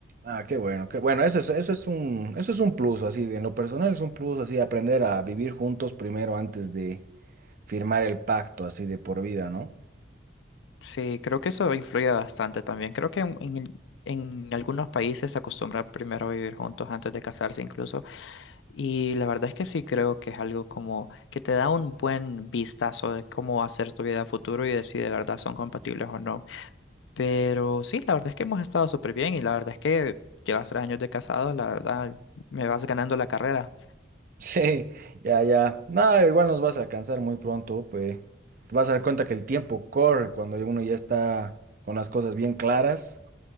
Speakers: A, on the right; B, on the left.
A: Ah, qué bueno, qué bueno, eso es, eso es un, eso es un plus, así, en lo personal es un plus, así, aprender a vivir juntos primero antes de firmar el pacto, así, de por vida, ¿no? <laughs>
B: Sí, creo que eso influye bastante también. Creo que en, en- en algunos países se acostumbra primero a vivir juntos antes de casarse incluso. Y la verdad es que sí creo que es algo como que te da un buen vistazo de cómo va a ser tu vida a futuro y de si de verdad son compatibles o no. Pero sí, la verdad es que hemos estado súper bien y la verdad es que llevas tres años de casado, la verdad me vas ganando la carrera.
A: Sí, ya, ya, nada, igual nos vas a alcanzar muy pronto, pues, te vas a dar cuenta que el tiempo corre cuando uno ya está con las cosas bien claras,